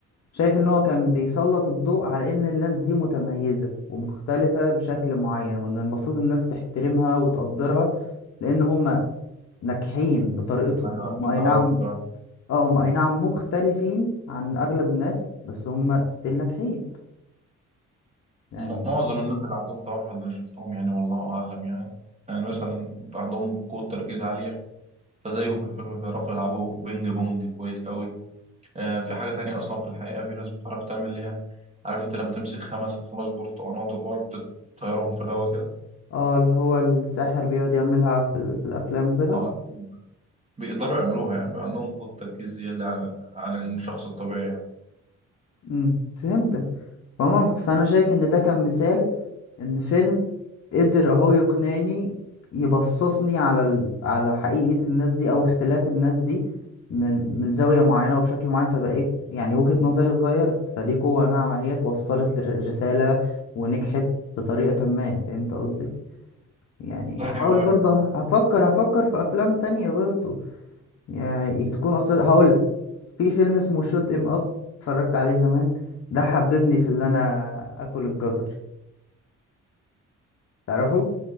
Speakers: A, on the left; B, on the right.
A: شايف ان هو كان بيسلط الضوء على ان الناس دي متميزة ومختلفة بشكل معين وان المفروض الناس تحترمها وتقدرها لان هم ناجحين بطريقتهم
B: أنا
A: هم
B: فهمت
A: اي
B: قصدك
A: نعم
B: آه.
A: اه هم اي نعم مختلفين عن اغلب الناس بس هم ستيل ناجحين يعني
B: م- معظم الناس اللي عندهم توحد أنا شفتهم يعني والله أعلم يعني يعني مثلا عندهم قوة تركيز عالية فزيه في الفيلم بيعرفوا يلعبوا بينج بونج كويس قوي آه في حاجة تانية أصلا في الحقيقة في ناس بتعرف تعمل ليها عارف أنت لما تمسك خمس خمس برتقانات وتقعد تطيرهم في الهواء كده
A: اه اللي هو الساحر بيقعد يعملها في, ال- في الافلام وكده
B: آه بيقدروا يعملوها يعني بيبقى عندهم قوة تركيز زيادة عن عن الشخص الطبيعي يعني
A: امم فهمتك فهم مخت- فانا شايف ان ده كان مثال ان فيلم قدر اهو يقنعني يبصصني على ال... على حقيقة الناس دي او اختلاف الناس دي من من زاوية معينة وبشكل معين فبقيت يعني وجهة نظري اتغيرت فدي قوة ناعمة هي توصلت لرسالة ونجحت بطريقة ما فهمت قصدي يعني
B: ايوه
A: هحاول برضه
B: ايوه
A: هفكر هفكر في افلام تانية برضه يعني تكون اصلا هقول في فيلم اسمه شوت ام اب اتفرجت عليه زمان ده حببني في اللي انا اكل الجزر تعرفه